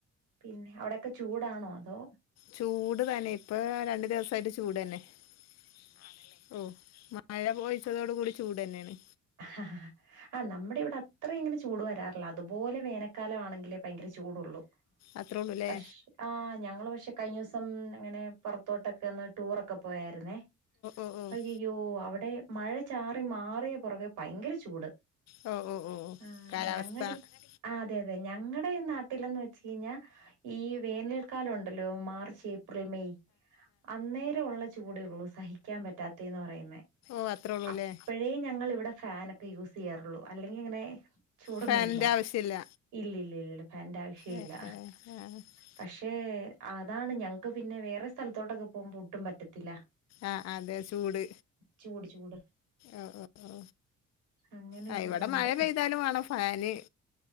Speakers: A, on the right (about 85°); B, on the left (about 60°).
A: പിന്നെ അവ്ടെക്കെ ചൂടാണോ അതോ
B: ചൂട് തന്നെ ഇപ്പ രണ്ട് ദിവസായിട്ട് ചൂടന്നെ ആണല്ലേ ഓ മഴ പൊയിച്ചതോട് കൂടി ചൂടന്നെണ്
A: അ ഹ ഹ ഹ അഹ് നമ്മടെ ഇവടെ അത് ത്രെയുംങ്ങനെ ചൂട് വരാറില്ല അതുപോലെ വേനക്കാലം ആണെങ്കിലെ ഭയങ്കര ചൂടുള്ളൂ
B: അത്രേള്ളൂ ലെ
A: പക്ഷ് ആഹ് ഞങ്ങൾ പക്ഷെ കഴിഞ്ഞോസം അങ്ങനെ പുറത്തോട്ടൊക്കെ ഒന്ന് ടൂറൊക്കെ പോയായിരു ന്നെ
B: ഓ ഓ ഓ
A: അയ്യയ്യോ അവടെ മഴ ചാറി മാറിയ പുറകെ ഭയങ്കര ചൂട്
B: ഓ ഓ ഓ
A: ആഹ്
B: കാലാവസ്ഥ
A: ഞങ്ങടിം
B: ആ അതെ
A: ആ അതെ അതെ ഞങ്ങടെ ഈ നാ ടിലൊന്നചയ്ഞ്ഞാൽ ഈ വേനൽ ക്കാലണ്ടല്ലോ മാർച്ച് ഏപ്രിൽ മെയ് അന്നേരം ഉള്ള ചൂടെള്ളൂ സഹിക്കാൻ പറ്റാതെന്ന് പറയുന്നെ
B: ഓ അത്രേ ഉള്ളൂല്ലേ
A: അപ്പഴെ ഞങ്ങൾവടെ ഫാന യൂസയ്യാറുള്ളൂ അല്ലെങ്കിങ്ങനെ ചൂടൊന്നും
B: ഫാനിൻ്റെ
A: ഇല്ല
B: ആവശ്യമില്ല
A: ഇല്ല്യ ഇല്ല്യ ഇല്ല ഫാന്റെ ആവശ് ഷേ
B: ഏ
A: ഇല്ല
B: ഏ ആ
A: പക്ഷേ അതാണ് ഞങ്ങക്ക് പിന്നെ വേറെ സ്ഥലത്തോട്ടൊക്കെ പോവ്മ്പോ ഒട്ടും പറ്റത്തില്ല
B: ആഹ് അതെ സൂട്
A: ചൂട് ചൂട്
B: ഓ ഓ ഓ
A: അങ്ങനൊരിതുണ്ട്.
B: ആ ഇവടെ മഴ പെയ്താലുംവാണം ഫാന്